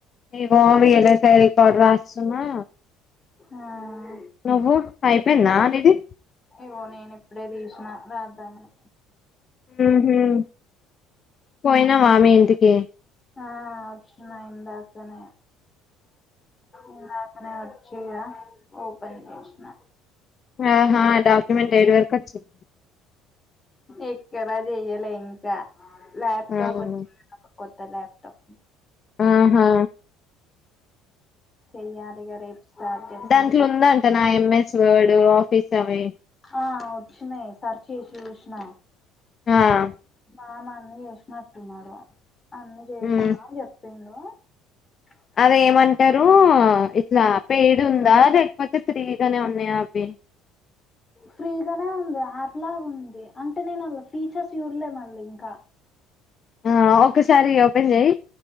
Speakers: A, on the left; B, on the left.
A: ఇగో విల్ యస్ రికార్డు రాస్తున్నా.
B: ఆహ్.
A: నువ్వు అయిపోయిందా నీది.
B: ఇగో నేను ఇప్పుడే తీసిన రాద్దామనీ.
A: ఉమ్మ్ పోయినావ మీ ఇంటి కి. ఓకే
B: ఆహ్ రాశిన ఇందాకనే. ఇందాకనే వచ్ వచ్చిన ఓపన్ చేసిన.
A: ఆహ్ డాక్యుమెంట్ ఏడీ వరకు వచ్చింది.
B: ఎక్కడా చేయ్యాలే ఇంకా. ల్యాప్టాప్
A: అవును
B: వచ్చింది నాకు కోత్ కొత్త ల్యాప్టాప్.
A: ఆహా
B: చెయ్యలిగ రేపు. స్టార్ట్ చేస్తా
A: దాంట్లో ఉందంటానా ఎంఎస్ వర్డ్. ఆఫీస్ అవి.
B: ఆహ్ వచ్చినాయి సర్చ్ చేసి చూసిన.
A: ఆహ్
B: మామా అన్ని చేసినట్టున్నారు. అన్ని చేసినా
A: మ్మ్
B: అని చెప్పిండు. హలో
A: అదేమంటారు ఇట్లా పెయిడ్ ఉందా లేకపోతే ఫ్రీగానే ఉన్నాయా అవి
B: ఫ్రీగానే ఉంది యాప్ లాగ ఉంది. అంటే నేను అండ్ల ఫీచర్స్ చూడలే మళ్ళా ఇంకా.
A: ఆ ఒకసారి ఓపెన్ చెయ